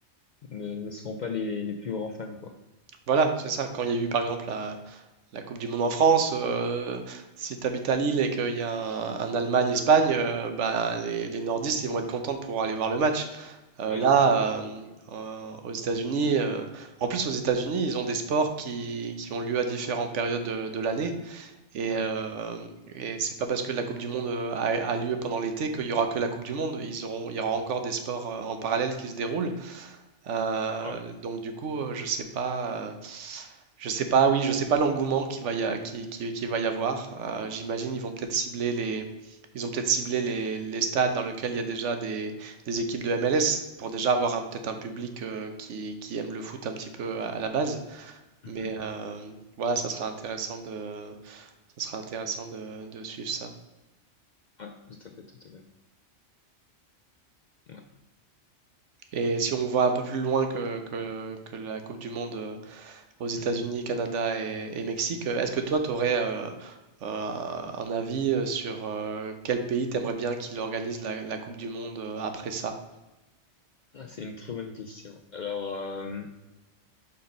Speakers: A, on the left (about 55°); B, on the right (about 75°).
A: ne, ne seront pas les, les plus grands fans, quoi.
B: Voilà, c'est ça. Quand il y a eu par exemple la, la Coupe du Monde en France, euh, si tu habites à Lille et qu'il y a un, un Allemagne-Espagne, euh, bah, les, les nordistes ils vont être contents pour aller voir le match. Euh,
A: Oui,
B: là, euh, euh, aux États-Unis, euh, en plus aux États-Unis, ils ont des sports qui, qui ont lieu à différentes périodes de, de l'année. Et,
A: ouais,
B: euh, et c'est pas parce que la Coupe du Monde a, a lieu pendant l'été qu'il y aura que la Coupe du Monde. Ils auront, il y aura encore des sports euh, en parallèle qui se déroulent. Euh,
A: ouais,
B: donc du coup, euh, je sais pas, euh, je sais pas, oui, je sais pas l'engouement qu'il va y a, qui, qui- qui va y avoir. Euh, j'imagine ils vont peut-être cibler les, ils ont peut-être ciblé les, les stades dans lesquels il y a déjà des, des équipes de MLS pour déjà avoir un- peut-être un public euh, qui, qui aime le foot un petit peu à, à la base.
A: mhm,
B: Mais euh, voilà, ça sera intéressant de, ça sera intéressant de, de suivre ça.
A: ouais, tout à fait, tout à fait. Ouais,
B: Et si on voit un peu plus loin que, que, que la Coupe du Monde. euh, aux États-Unis,
A: mhm.
B: Canada et, et Mexique. Est-ce que toi, tu aurais un avis euh, sur euh, quel pays t'aimerais bien qu'il organise la, la Coupe du Monde euh, après ça?
A: Ah, c'est une très bonne question. Alors, euh,